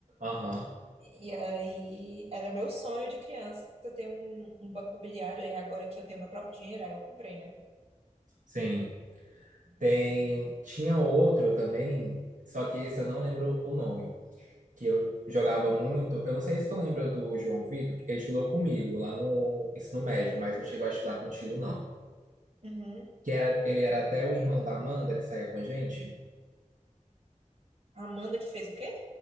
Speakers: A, on the right (about 70°); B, on the right (about 45°).
A: Aham,
B: E aí era meu sonho de criança ter um, um banco imobiliário, e agora que eu tenho meu próprio dinheiro, aí eu comprei, né?
A: sim. Tem... Tinha outro também, só que esse eu não lembro o nome, que eu jogava muito. Eu não sei se tu lembra do João Vitor, que ele estudou comigo lá no ensino médio, mas não chegou a estudar contigo, não.
B: Uhum.
A: Que era... ele era até o irmão da Amanda que saía com a gente.
B: A Amanda que fez o quê?